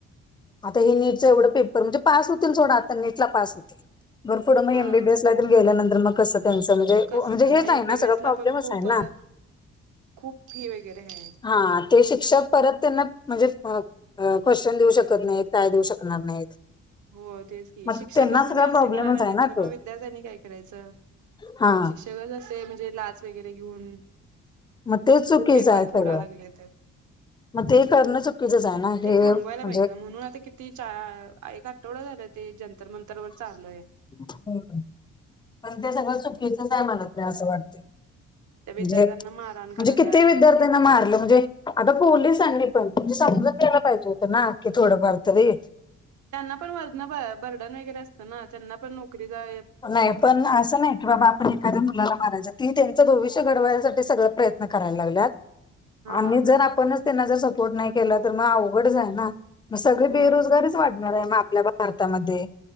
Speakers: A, on the left; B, on the right.
A: आता हे नीटचं एवढं पेपर म्हणजे पास होतील. सोडा, आता नीटला पास होतील. मर पुढं, मग
B: हा
A: एमबीबीएसला गेल्यानंतर मग कसं त्यांचं म्हणे,
B: कसं
A: म्हणजे
B: करणार
A: हेच आहे
B: एमबीबीएस
A: ना सगळं. प्रॉब्लेमच
B: पण खूप-खूप
A: आहे ना
B: फी वगैरे आहेत.
A: हा ते शिक्षा परत त्यांना, म्हणजे क्वेश्चन देऊ शकत नाही. काय देऊ शकणार नाहीत.
B: हो, तेच की
A: मग
B: शिक्षकच
A: त्यांना
B: म्हणजे
A: सगळा
B: असे
A: प्रॉब्लेमच
B: करायला लागलं,
A: आहे ना
B: तर
A: तो
B: मग विद्यार्थ्यांनी काय करायचं?
A: हा.
B: जग असं म्हणजे लाच वगैरे घेऊन.
A: मग ते चुकीचं
B: पेपर
A: आहे सगळं
B: फोडा लागले ते
A: मग ते करणं चुकीचंच आहे ना हे
B: ते थांबवायला
A: म्हणजे
B: पाहिजे ना, म्हणून आता कित च्या एक आठवडा झाला, ते जंतर मंतर वर चालुये.
A: हो पण ते सगळं चुकीकीचच आहे मला ते असं वाटते.
B: त्या विद्यार्थ्यांना
A: म्हणजे म्हणजे
B: मारहाण करायला
A: किती विद्यार्थ्यांना
B: म्हणजे कि
A: मारलं म्हणजे आता पोहलीसांनी पण म्हणजे समजून घ्यायला पाहिजे होतं ना की थोडंफार तरी.
B: त्यांना पण वर्ण बंधन वगैरे असतं ना, त्यांना पण नोकरी जा
A: नाही पण असं नाही कि बाब पण एखाद्या मुलाला मारायचं ती त्यांच भविष्य घडवायसाठी सगळं प्रयत्न करायला लागल्यात.
B: हा
A: आणि जर आपणच त्यांना जर सपोर्ट नाही केला तर, मग अवघडच आहे ना. मग सगळे
B: होय
A: बेरोजगारीच वाढणार आहे, म आपल्या भारतामध्ये.